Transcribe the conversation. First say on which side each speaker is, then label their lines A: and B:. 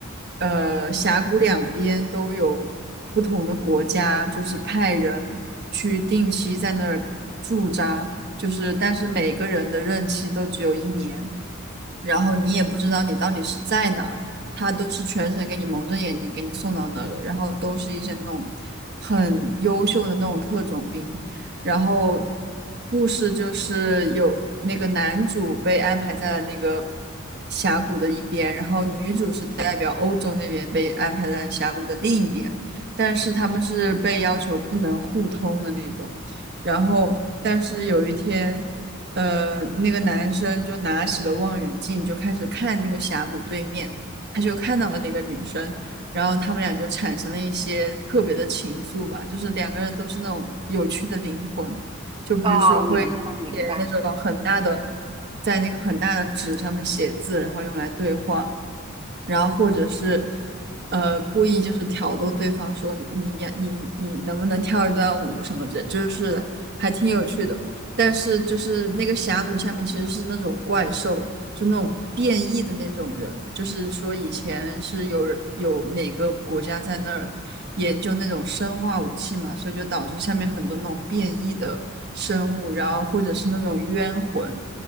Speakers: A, on the right (about 55°); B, on the right (about 25°).
A: 呃峡谷两边都有不同的国家，就是派人去定期在那儿驻扎，就是但是每个人的任期都只有一年。然后你也不知道你到底是在哪儿，他都是全程给你蒙着眼睛给你送到那儿的，然后都是一些那种很优秀的那种特种兵，然后故事就是有那个男主被安排在了那个峡谷的一边，然后女主是代表欧洲那边被安排在峡谷的另一边，但是他们是被要求不能互通的那种，然后但是有一天。呃，那个男生就拿起了望远镜，就开始看那个峡谷对面，他就看到了那个女生，然后他们俩就产生了一些特别的情愫吧，就是两个人都是那种有趣的灵魂，就比如说会写那种很大的，
B: 啊，明白明白。
A: 在那个很大的纸上面写字，然后用来对话，然后或者是呃故意就是挑逗对方说你呀你你能不能跳一段舞什么的，就是还挺有趣的。但是就是那个峡谷下面其实是那种怪兽，就那种变异的那种人，就是说以前是有人有哪个国家在那儿研究那种生化武器嘛，所以就导致下面很多那种变异的生物，然后或者是那种冤魂，